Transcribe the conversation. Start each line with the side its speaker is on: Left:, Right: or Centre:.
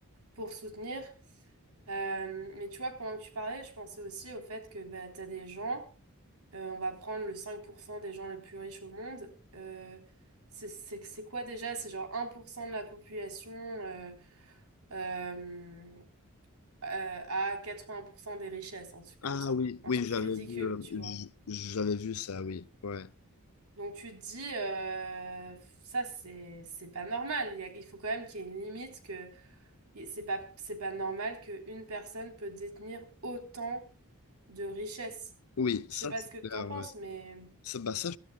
Right: pour soutenir. Euh, mais tu vois, pendant que tu parlais, je pensais aussi au fait que bah, tu as des gens, euh, on va prendre le 5% des gens les plus riches au monde. euh, c'est c'est- c'est quoi déjà? C'est genre un pour cent de la population. euh, euh, euh, à 80% des richesses, un truc comme
Left: Ah
Right: ça.
Left: oui,
Right: Un
Left: oui,
Right: truc
Left: j'avais
Right: ridicule,
Left: vu, euh,
Right: tu vois.
Left: j- j'avais vu ça, oui, ouais.
Right: Donc tu te dis, euh, ça c'est c'est pas normal. Il y a- il faut quand même qu'il y ait une limite que et c'est pas c'est pas normal qu'une personne peut détenir autant de richesses.
Left: Oui, ça
Right: Je sais pas
Left: c'est
Right: ce que t'en
Left: clair.
Right: penses,
Left: ouais.
Right: mais
Left: Ça, bah ça,